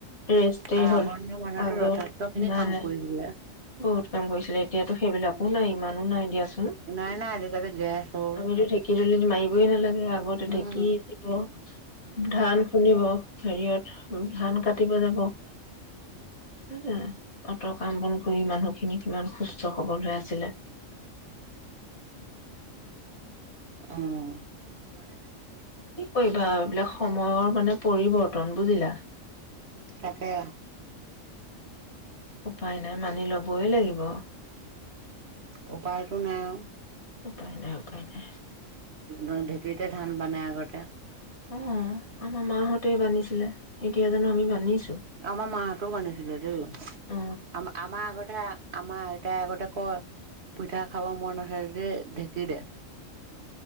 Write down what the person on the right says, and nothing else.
আগৰ
দিনৰ মানুহেতো
যথেষ্টখিনি
কাম
কৰিছিলে।
নাই নাই আজিকালি গেছ হ'ল
উম,
অহ।
তাকে।
উপায়টো নাই আৰু।
<unintelligible> অ ঢেঁকীতে ধান বানে আগতে।
আমাৰ মাহঁতেও বানিছিলে দেই আ-আমাৰ
আগতে আমাৰ আইতাই আগতে কয় পিঠা খাব মন আছে যদি ঢেঁকী দে